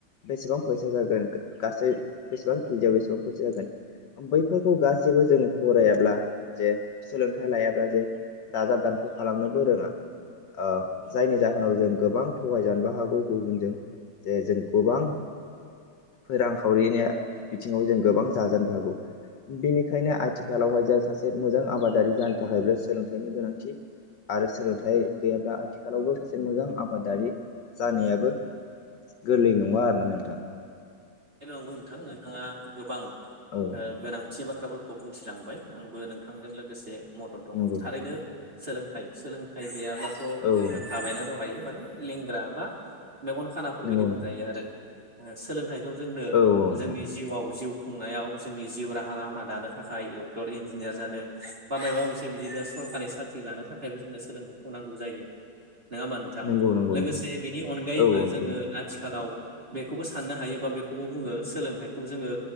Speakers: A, on the left; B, on the right.
A: बेसेबां फैसा जागोन गासै बेसेबां केजियाव बेसेबां फैसा जागोन बैफोरखौ गासैबो जों फरायाब्ला जे सोलोंथाइ लायाब्ला जे दाजाब दान ख' खालामनोबो रोङा ओ
B: औ
A: जायनि जाहोनाव जों गोबां थगायजानोबो हागौ गुबुनजों। जे जों गोबां ओ रांखावरिनि बिथिङाव जों गोबां जाजानोबो हागौ। बेनिखायनो आथिखालावहाय जा सासे मोजां आबादारि जानो थाखायबो सोलोंथाइनि गोनांथि। आरो सोलोंथाइ गैयाब्ला आथिखालावबो सासे मोजां आबादारि जानायाबो गोरलै नङा आरोना नोंथां।
B: बेबो नंगौ नोंथां नोंथाङा गोबां
A: औ
B: ओ गोनांथि एबा बा थ्राफोरखौ बुंथिलांबाय आंबो नोंथांजों लोगोसे मदद दङ
A: नंगौ
B: थारैनो सोलोंथाइ सोलोंथाइ गैयाब्लाथ'
A: औ
B: होनखाबायना दहायो माने लेंग्रा बा मेगन खानाफोरबायदि
A: नंगौ नोंथां
B: बुंजायो आरो सोलोंथाइखौ जोंनो
A: औ औ
B: जोंनि
A: नोंथां
B: जिउआव जिउ। खुंनायाव जोंनि जिउ राहा लामा दानो थाखाय डक्टर इन्जिनियार जानो बा मायबा मोनसे बिदिनो। सरकारि साख्रि लानो थाखायबो जोंनो सोलोंथाइखौ नांगौ जायो। नोङा होमबा नोंथां
A: नंगौ नंगौ
B: लोगोसे
A: नोंथां
B: बेनि अनगायैबो
A: औ औ
B: जोङो
A: नंगौ
B: आथिखालाव बेखौबो साननो हायो। बा बेखौबो बुङो सोलोंथाइखौ जोङो